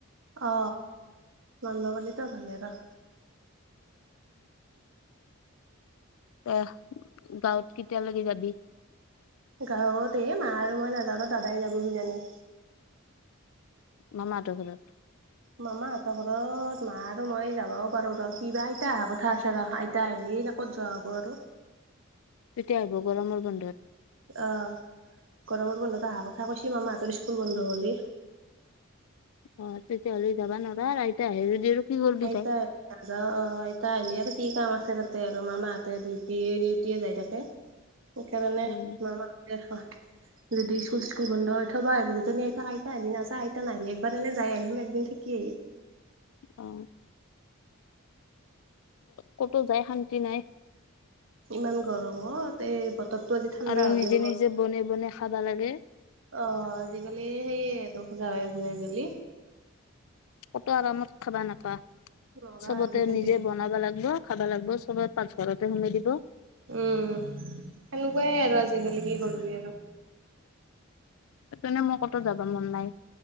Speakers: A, on the right; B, on the left.
A: অ মানব পাৰিলেতো ভালেই ৰ।
B: আহ গাঁৱত কেতিয়ালৈকে যাবি!
A: গাঁৱত এই মা আৰু মই নাযাওঁ দাদাই যাব কিজানি।
B: মামাহতৰ ৰ ঘৰত।
A: মামাহঁতৰ ঘৰত মা আৰু মই যাবও পাৰো ৰ ক বা আইতা অহা কথা আছে ৰ আইতা আহিলি ক'ত যোৱা হ'ব আৰু।
B: তেতিয়া হব গৰমৰ বন্ধত।
A: অহ গৰমৰ বন্ধত অহা কথা কৈছি মামাহতৰ স্কুল বন্ধ হ'ল।
B: অ তেতিয়াহ'লে যাবা নোৱাৰা আইতা আহে যদি কি কৰবি
A: আইতা
B: যাই
A: অ আইতা আহলে আৰু কি কাম আছে তাতে আৰু মামাহঁতে ডিউটি ডিউটিয়ে যাই থাকে সেইকাৰণে
B: উম
A: মামাহতে যদি চ স্কুল বন্ধৰ অথবা আহিবকেইজনী আইতাক আইতা আহিলি নায় আইত নাহলি একবাৰ নলে যাই আহিম একদিন থাকি আহিম।
B: অ ক'তো যায় শান্তি নাই।
A: ইমান গৰমত অ এ বততো আজি ঠাণ্ডা
B: আৰু
A: হ'লেও
B: নিজে
A: ব
B: নিজে বনে বনে খাবা লাগে
A: অ আজিকালি সেই গাৱে ভুয়ে গেলি
B: ক'তো আৰামত খাবা নাপোৱা।
A: নৰা
B: চবতে
A: আজিকালি
B: নিজে বনাবা লাগব। খাবা লাগব চবে পাঁক ঘৰতে সোমাই দিব।
A: উম সেনেকোৱাই আৰু আজিকালি কি কৰিবি আৰু।
B: সেই তেনে মোৰ কতো যাব মন নাই।